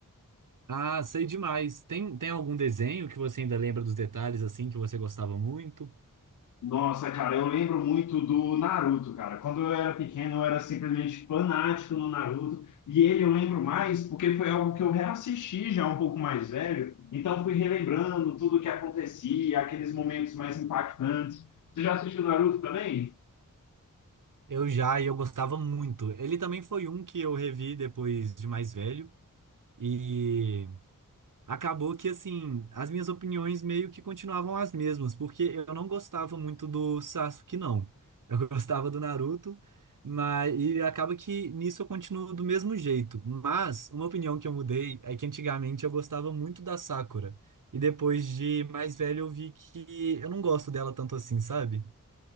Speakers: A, on the right; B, on the left.
A: Ah, sei demais. Tem, tem algum desenho que você ainda lembra dos detalhes assim que você gostava muito?
B: Nossa, cara, eu lembro muito do Naruto, cara. Quando eu era pequeno, eu era simplesmente fanático no Naruto. E ele eu lembro mais porque foi algo que eu reassisti já um pouco mais velho. Então fui relembrando tudo o que acontecia, aqueles momentos mais impactantes. Você já assistiu Naruto também?
A: Eu já, e eu gostava muito. Ele também foi um que eu revi depois de mais velho. e Acabou que, assim, as minhas opiniões meio que continuavam as mesmas, porque eu não gostava muito do Sasuke, não. Eu <laughs> gostava do Naruto, mas e acaba que nisso eu continuo do mesmo jeito. Mas uma opinião que eu mudei é que antigamente eu gostava muito da Sakura, e depois de mais velho eu vi que eu não gosto dela tanto assim, sabe?